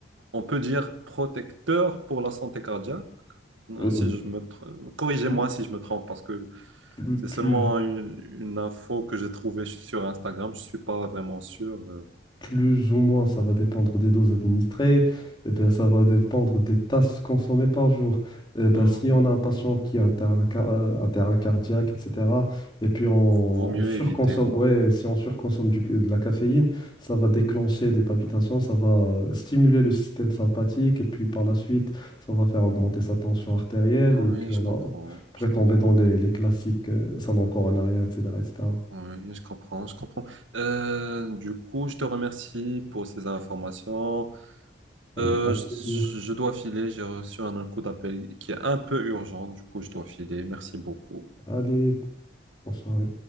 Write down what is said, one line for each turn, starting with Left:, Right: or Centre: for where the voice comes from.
Right: on peut dire, protecteur pour la santé cardiaque. Euh,
Left: euh,
Right: Si je me tr- Corrigez-moi
Left: plus,
Right: si je me trompe, parce que
Left: plus-
Right: c'est
Left: plus
Right: seulement une, une info que j'ai trouvée sur Instagram. Je suis pas vraiment sûr. euh.
Left: Plus ou moins, ça va dépendre des doses administrées, et ben, ça va dépendre des tasses consommées par jour. Et ben,
Right: Hmm,
Left: si on a un patient qui a un terrain, ca- euh, un terrain cardiaque, etc., et puis on,
Right: Vaut mieux
Left: on surconsomme,
Right: éviter. ouais.
Left: ouais, si on surconsomme du- de la caféine, ça va déclencher des palpitations, ça va euh, stimuler le système sympathique, et puis par la suite, ça va faire augmenter sa tension artérielle,
Right: Oui,
Left: et puis
Right: je
Left: on,
Right: comprends,
Left: a- on pourrait
Right: je comprends.
Left: tomber dans les, les classiques euh, syndrome coronarien, etc., etc.
Right: Oui, je comprends, je comprends. Euh, du coup, je te remercie pour ces informations.
Left: Avec
Right: Euh,
Left: grand plaisir.
Right: je, je dois filer, j'ai reçu un coup d'appel qui est un peu urgent, du coup je dois filer. Merci beaucoup.
Left: Allez, bonsoir.